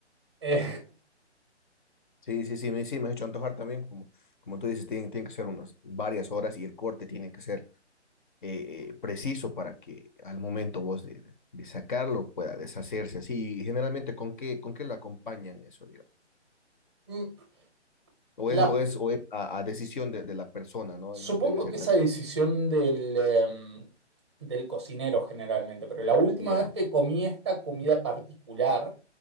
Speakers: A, on the right (about 25°); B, on the left (about 45°).
A: Eh,
B: Sí, sí, sí, me, sí, me has hecho antojar también. Como, como tú dices, tienen, tienen que ser unas varias horas y el corte tiene que ser eh, eh, preciso para que al momento vos de, de- de sacarlo pueda deshacerse así. Y generalmente, ¿con qué, con qué lo acompañan eso, digamos?
A: <laughs>
B: O
A: La
B: es, o es, o es a, a decisión de, de la persona, ¿no?
A: Supongo
B: Es, debe ser
A: que esa decisión del, em, del cocinero generalmente, pero la última
B: también.
A: vez
B: Ya,
A: que comí esta comida particular,